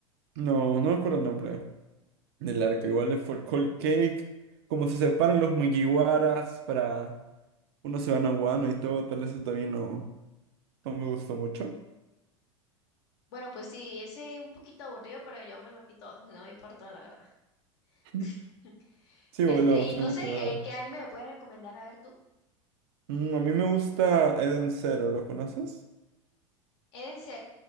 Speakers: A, on the right; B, on the left.
A: No, no me acuerdo el nombre del arco, igual de Fort Cold Cake, como se separan los Mugiwaras para uno se van a Wano y todo, tal vez eso también no, no me gustó mucho.
B: Bueno, pues sí, ese es un poquito aburrido, pero yo me lo pito, <laughs> no me importó, la verdad.
A: <laughs>
B: <laughs>
A: Sí,
B: Este,
A: boludo,
B: y
A: tengo
B: no sé,
A: que ver.
B: eh, ¿qué anime me puedes recomendar a ver tú?
A: Mm, a mí me gusta Eden Zero, ¿lo conoces?
B: Eden